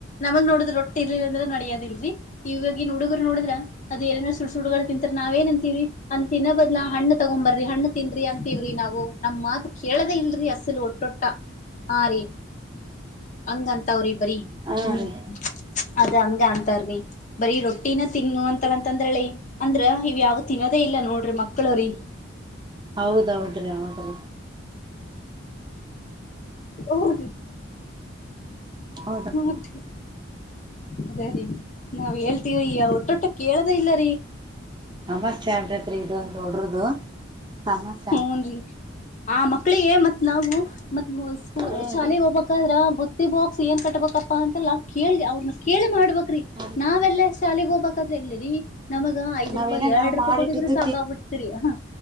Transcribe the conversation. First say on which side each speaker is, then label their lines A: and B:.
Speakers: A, on the left (about 40°); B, on the right (about 20°).
A: ನಮಗ್ ನೋಡುದ್ ರೊಟ್ಟಿ ಇರ್ಲಿಲ್ಲ ಅಂದ್ರೆ ನಡಿಯದ ಇಲ್ರಿ ಇವವಾಗಿ ನುಡುಗರು ನೋಡುದ್ರ ಅದು ಎ ಸು ಹುಡ್ಗಳು ತಿಂತರ ನಾವ ಏನ್ ಅಂತೀವಿ ಅಂತ ತಿನ್ನೋ ಬದಲಾ ಹಣ್ಣ ತಗೊ್ ಬರ್ರಿ ಹ್ಣ ತಿನ್ರಿ ಅಂತೀವ್ರಿ ನಾವು ನಮ್ ಮಾತ ಕೇಳದೇ ಇಲ್ರಿ ಅಸಲ್ ಒಟ್ಟೊಟ್ಟ ಆ ರೀ ಹಂಗ ಅಂತಾವ್ರಿ ಬರೀ
B: ಹಾ
A: ಹ್ಮ್
B: ರೀ
A: ಅದ ಹಂಗ ಅಂತವನಿ ಬರೀ ರೊಟ್ಟಿನ ತಿನ್ ಅಂತ ಅಂತಂದ್ರ ಹೇಳಿ ಅಂದ್ರ ಇವ ಯಾವ ತಿನ್ನೋದೇ ಇಲ್ಲ ನೋಡ್ರಿ ಮಕ್ಳವ್ರೀ
B: ಹೌದೌದ್ರಿ ಹೌದ್ರಿ
A: ಇದವರ್ದಿಲ್
B: ಹೌದಬ್ರಿ
A: ಹುಲ್ದ್ ಅದ ರೀ ನಾವ್ ಹೇಲ್ತೀವೀ ಅವ್ ಒಟ್ಟೊಟ್ಟ ಕೇಳದ ಇಲ್ಲರೀ
B: ಸಮಸ್ಯಾ ಆಬ್ಟಿತ್ರಿ ಇದೊಂದು ಉಡ್ರುದು ಸಮಸ್ಯಾ
A: ಹೂನ್ ರೀ ಆ ಮಕ್ಳಿಗೆ ಮತ್ತ್ ನಾವು ಮತ್ ಮುಸ್ಕೂಲ್
B: ಹಾ
A: ಶಾಲಿಗಿ
B: ರೀ
A: ಹೋಗ್ಬೇಕಾದ್ರ ಬುತ್ತಿ ಬಾಕ್ಸ್ ಏನ್ ಕಟ್ಬಬೇಕಪ್ಪಾ ಅಂತೆಲ್ಲಾ ಕೇಳಿ ಅವ್ರನ್ನ ಕೇಳಿ ಮಾಡಬಕ್ರಿ
B: ಹಾರಿ
A: ನಾವೆಲ್ಲ ಶಾಲಿಗಿ ಹೋಬಕ ಕಾದ್ರೆ ಎಲ್ಲಿರಿ ನಮಗ ಐದ
B: ನಾವೇನ
A: ರೂಪಾಯಿ ಎರಡ್
B: ನಾವ್
A: ರೂಪಾಯಿ
B: ಮಾಡಿಟ್ಟಿದ್ದು
A: ಕೊಟ್ಟಿದ್ರು ಸಾಕಾಬಿಡ್ತರಿ ಅಹ್